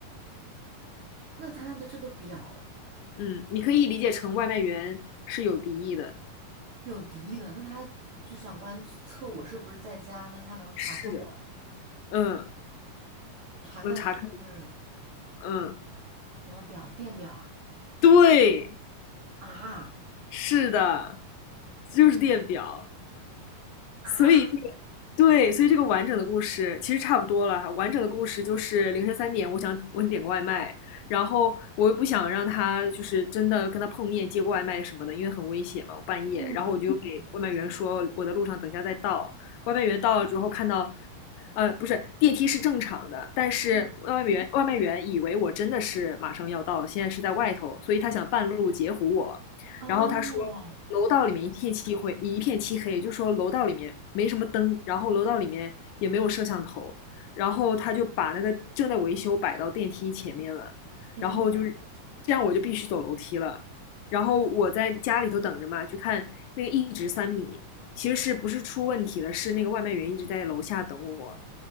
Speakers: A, on the right (about 80°); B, on the left (about 80°).
A: 那他的这个表
B: 嗯，你可以理解成外卖员是有敌意的。
A: 有敌意的，那他就想观测我是不是在家，那他能查看的
B: 是的，嗯，
A: 查看的是
B: 能查看，嗯，
A: 什么表？电表啊？
B: 对，
A: 啊
B: 是的，就是电表。
A: 啊！
B: 所以这个对，所以这个完整的故事其实差不多了哈完整的故事就是凌晨三点，我想我想点个外卖，然后我又不想让他就是真的跟他碰面接个外卖什么的，因为很危险嘛，我半夜。
A: 嗯嗯
B: 然后我就给外卖员说我在路上，等一下再到。外卖员到了之后看到，呃，不是电梯是正常的，但是外卖员外卖员以为我真的是马上要到了，
A: 嗯，
B: 现在是在外头，所以他想半路截胡我。
A: 哦，
B: 然后他说楼道里面一片漆灰，一片漆黑，就说楼道里面没什么灯，然后楼道里面也没有摄像头，然后他就把那个正在维修摆到电梯前面了，
A: 天哪，
B: 然后就是这样我就必须走楼梯了，然后我在家里头等着嘛，就看那个一直三米。其实是不是出问题了？是那个外卖员一直在楼下等我，